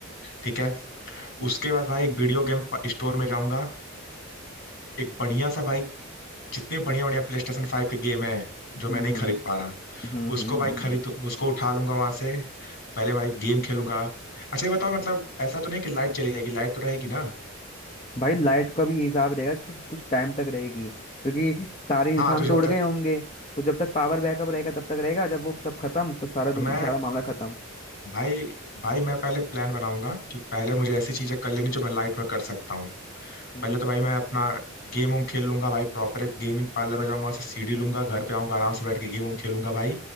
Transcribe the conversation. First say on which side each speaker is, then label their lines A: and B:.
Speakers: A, on the left; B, on the left.
A: ठीक है उसके बाद भाई एक वीडियो गेम स्टोर में जाऊंगा एक बढ़िया सा भाई जितने बढ़िया बढ़िया प्ले स्टेशन फाइव के गेम है जो
B: हम्म
A: मैं नहीं
B: हम्म
A: खरीद पा रहा
B: हम्म
A: उसको
B: हम्म
A: भाई
B: हम्म
A: खरीद
B: हम्म।
A: उसको उठा लूंगा वहां से पहले भाई गेम खेलूंगा अच्छा ये बताओ मतलब ऐसा तो नहीं कि लाइट चली जाएगी लाइट तो रहेगी ना
B: भाई लाइट का भी हिसाब रहेगा कि कुछ टाइम तक रहेगी क्योंकि सारे इंसान
A: हाँ तो जब
B: तो उड़ गए
A: तक
B: होंगे तो जब तक पावर बैकअप रहेगा तब तक रहेगा जब वो सब खत्म तो सारा दुनिया
A: तो मैं
B: सारा मामला खत्म
A: भाई भाई मैं पहले प्लान बनाऊंगा कि पहले मुझे ऐसी चीजें कर लेनी जो मैं लाइट में कर सकता हूँ
B: हम्म
A: पहले तो भाई मैं अपना गेम वेम खेल लूंगा भाई प्रॉपर एक गेमिंग पार्लर में जाऊंगा वहां से सीडी लूंगा घर पे आऊंगा आराम से बैठ के गेम वेम खेलूंगा भाई